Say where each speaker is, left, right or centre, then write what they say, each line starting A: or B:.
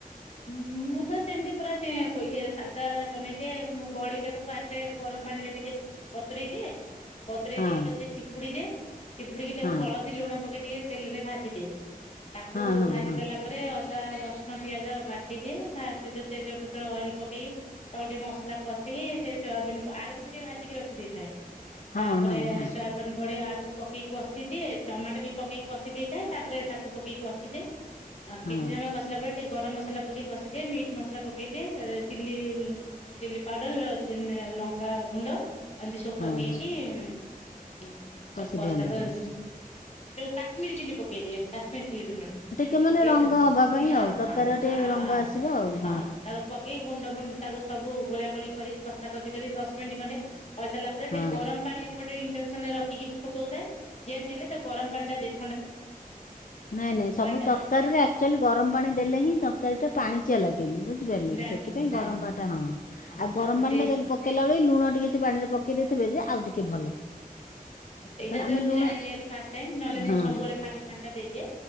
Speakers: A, on the left; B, on the left.
A: ହଁ ମୁଁ ତ ସେମତି ପୁରା ସେ ଇଏ ସାଧା ବନେଇ ଦିଏ ବଡି ଟାକୁ ଫାଷ୍ଟ ଗରମ ପାଣି ରେ ଟିକେ ବତୁରେଇ ଦିଏ ବତୁରେଇ
B: ହଁ
A: ଦେଇକି ତାକୁ ଗୋଟେ ଚିପୁଡି ଦ ଚିପୁଡିକି ତାକୁ
B: ହଁ
A: ହଳଦୀ ଲୁଣ ପକେଇ ଟିକେ ତେଲରେ ଭାଜିଦିଏ। ତାକୁ
B: ହଁ ହଁ
A: ଭାଜି
B: ହଁ
A: ଦେଲା
B: ତାକୁ
A: ପରେ
B: ଭାଜି
A: ଅଦା
B: ଦେଲା ପରେ
A: ରସୁଣ
B: ଅଦା
A: ପିଆଜ
B: ର
A: ବାଟି ଦିଏ ଫାଷ୍ଟ ଯଦି ତେଜପତ୍ର ଅଏଲ ପକେଇକ ତାକୁ ଟିକେ ମସଲା କଷିକି ସେ ସୋୟାବିନ ଆଳୁକୁ ବି ଟିକେ ଭାଜିକି ରଖି ଦେଇଥାଏ।
B: ହଁ
A: ତାପରେ
B: ହଁ ହଁ।
A: ସୋୟାବିନ ବଡି ଆଳୁକୁ ପକେଇକି କଷିଦିଏ ଟମାଟୋ ବି ପକେଇକି କଷି ଦେଇଥାଏ ତାପରେ ତାକୁ ପକେଇି କଷିଦିଏ ଆଉ
B: ହଁ
A: କିଛି ସମୟ କଷିଲା ପରେ ଟିକେ ଗରମ ମସଲା ପକେଇ କଷିଦିଏ ମିଟ୍ ମସଲା ମସଲା ପକେଇଦିଏ ଅ ଚିଲି ଚିଲି ପାଉଡର ଲ-ଲଙ୍କା ଗୁଣ୍ଡ ଅନ୍ତି ସବୁ
B: ହଁ
A: ପକେଇକି
B: ହଁ
A: ଆଉ
B: କଷି
A: କୋଷା
B: ଦିଅନ୍ତି
A: କ
B: ଆପଣ।
A: ଉ ଯୋଉ କାଶ୍ମୀରୀ ଚିଲି ପକେଇଦିଏ କାଶ୍ମୀରୀ ଚିଲ୍ଲି ଗୁଣ୍ଡ ଟା।
B: କେ ମାନେ
A: ପକେଇ
B: ରଙ୍ଗ
A: ତ ହଁ
B: ହେବା ପାଇଁ ଆଉ ତରକାରୀରେ
A: ହଁ
B: ଟିକେ ରଙ୍ଗ
A: ହଁ
B: ଆସିବ ଆଉ।
A: ହଁ ତାକୁ ପକେଇି ଗୁଣ୍ଡ ଫୁଣ୍ଡ ତାକୁ ସବୁ ଗୋଳା ଗୋଳି କରି କଷାକଷି କରି ଦଶ ମିନିଟ୍ ଖଣ୍ଡେ କରିସାରିଲା ପରେ
B: ହଁ
A: ଟିକେ ଗରମ ପାଣି ଏପଟେ ଇଣ୍ଡକ୍ସନ ରେ ରଖିକି ଫୁଟୋଉ ଥାଏ ଯେମିତି ହେଲେ ତା ଗରମ ପାଣି ଟା ଦେଇ
B: ନାଇ ନାଇ ସବୁ
A: ଟା
B: ତ କାରୀରେ ଆକ୍ଚୁଆଲି ଗରମ ପାଣି ଦେଲେ ହିଁ ତରକାରୀଟା ପାଣିିଚିଆ ଲାଗେନି ବୁ ଝି ପାରିଲେ
A: ଲାଗେନି
B: କି ସେଥିପାଇଁ
A: ହଁ
B: ଗରମ ପାଟା ହଁ ଆଉ
A: ହଁ ତାପରେ
B: ଗରମ ପାଣି
A: ଦେଇ
B: ଟା ଯାଲେ ପ କେଇଲା ବେଳେ ଲୁଣ ଟିକେ ସେ ପାଣିରେ ପକେଇ ଦେଇଥିବେ ଯେ ଆଉ ଟିକେ ଭଲ।
A: ସେଇଟା
B: କାରଣ
A: ତ
B: ଆମେ
A: ମୁଁ
B: ଲୁଣ
A: ଜାଣିଲି ଆଜି ଫାଷ୍ଟ ଟାଇମ ନହେଲେ ମୁଁ
B: ହଁ।
A: ସବୁବେଳେ ଖାଲି ପାଣି ଟା ଦେଇଦିଏ।